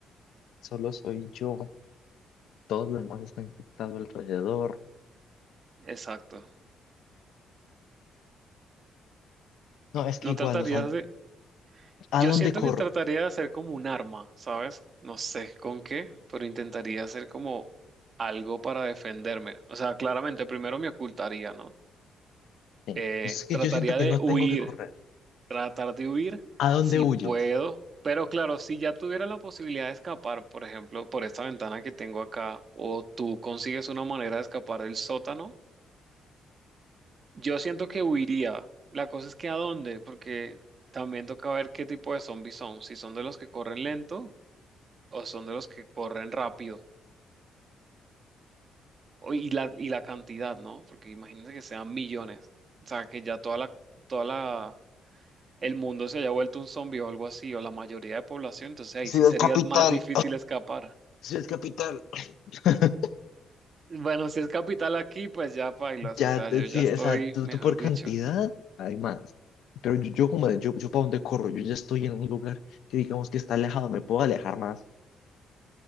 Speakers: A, on the left; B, on the right.
A: Solo soy yo, todos los demás están infectados alrededor.
B: Exacto.
A: No, es que
B: No
A: igual,
B: tratarías
A: o sea,
B: de... Yo
A: ¿a dónde
B: siento
A: corro?
B: que trataría de hacer como un arma, ¿sabes? No sé con qué, pero intentaría hacer como algo para defenderme. O sea, claramente primero me ocultaría, ¿no?
A: Sí.
B: Eh,
A: Es que
B: trataría
A: yo siento que
B: de
A: no tengo
B: huir.
A: que correr.
B: tratar de huir
A: ¿A dónde
B: si
A: huyes?
B: puedo, pero claro, si ya tuviera la posibilidad de escapar, por ejemplo, por esta ventana que tengo acá, o tú consigues una manera de escapar del sótano, yo siento que huiría. La cosa es que a dónde, porque también toca ver qué tipo de zombies son, si son de los que corren lento o son de los que corren rápido, O- y la, y la cantidad, ¿no? Porque imagínense que sean millones, o sea, que ya toda la, toda la el mundo se haya vuelto un zombie o algo así, o la mayoría de población, entonces ahí
A: Ciudad
B: sí sería
A: capital,
B: más difícil escapar.
A: ciudad capital. <laughs>
B: Bueno, si es capital aquí, pues ya pailas,
A: Ya,
B: o sea,
A: te-
B: yo
A: sí,
B: ya estoy,
A: o sea, tú,
B: mejor
A: tú por cantidad
B: dicho,
A: hay más. Pero yo, yo como de, yo, yo para dónde corro, yo ya estoy en un lugar que digamos que está alejado, me puedo alejar más,